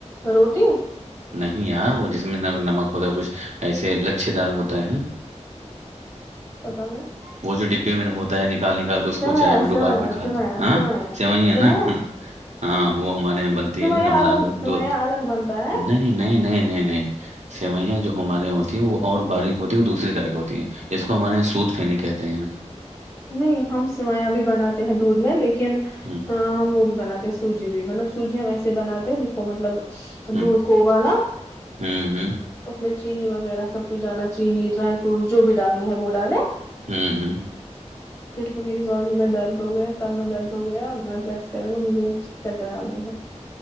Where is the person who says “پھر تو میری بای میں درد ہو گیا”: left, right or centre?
Left